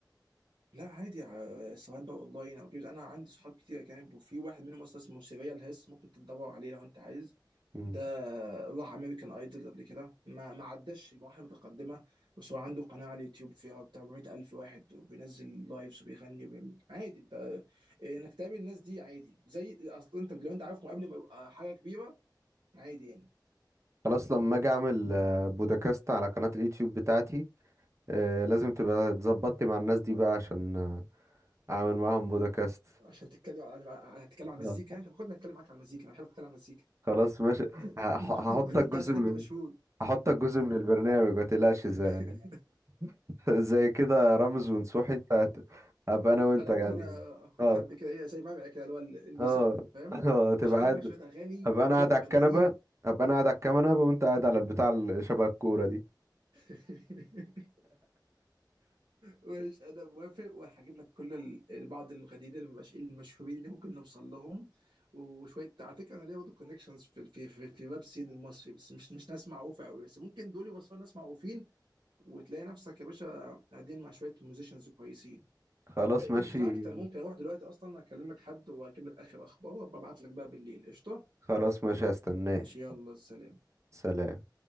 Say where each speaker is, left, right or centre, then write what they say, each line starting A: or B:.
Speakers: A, on the right (about 75°); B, on the right (about 40°).
A: لا عادي ع- سواء بقى اونلاين او جيمز انا عندي صحاب كتير اجانب وفي واحد منهم اصلا اسمه سيريال هيس ممكن تدور عليه لو انت عايز
B: مم.
A: ده راح امريكان ايدول قبل كده ما ما عداش المراحل المتقدمه بس هو عنده قناه على اليوتيوب فيها بتاع 400 الف واحد وبينزل لايفز وبيغني وبيعمل عادي انت آه، انك تقابل الناس دي عادي زي اصل انت لو انت عارفهم قبل ما يبقى حاجه كبيره عادي يعني
B: خلاص لما اجي اعمل آه، بودكاست على قناة اليوتيوب بتاعتي آه، لازم تبقى اتظبطتي مع الناس دي بقى عشان آه، اعمل معاهم بودكاست
A: عشان تتكلم على هتتكلم على
B: <laughs>
A: المزيكا
B: آه.
A: انت خدنا اتكلم معاك على المزيكا انا بحب اتكلم على المزيكا
B: خلاص ماشي هح-
A: <laughs>
B: هحطك
A: ولا انت
B: جزء
A: عايز حد
B: من
A: مشهور
B: هحطك جزء من البرنامج ما تقلقش زي
A: <laughs>
B: <laughs> زي كده رمز ونصوحي انت هت- هبقى انا وانت
A: انا
B: قاعدين
A: هكون انا هكون
B: اه
A: حد كده ايه زي ما كده اللي هو اللي
B: اه
A: بيساعدك فاهم
B: اه تبقى
A: وهخترع
B: قاعد
A: لك شويه اغاني
B: هبقى انا
A: وشويه
B: قاعد
A: مغنيين
B: على الكنبه هبقى انا قاعد على الكنبه وانت قاعد على البتاع اللي شبه الكوره دي
A: <laughs> مش انا موافق وهجيب لك كل ال- بعض المغنيين المش- المشهورين اللي ممكن نوصل لهم وشويه على فكره انا ليا برضه كونكشنز في في في, في ويب سين المصري بس مش مش ناس معروفه قوي بس ممكن دول يوصلوا ناس معروفين وتلاقي نفسك يا باشا قاعدين مع شويه ميوزيشنز كويسين
B: خلاص ماشي
A: ان فاكت انا ممكن اروح دلوقتي اصلا اكلم لك حد واجيب لك اخر اخبار وابعت لك بقى بالليل قشطه
B: خلاص ماشي هستناك
A: ماشي يلا سلام
B: سلام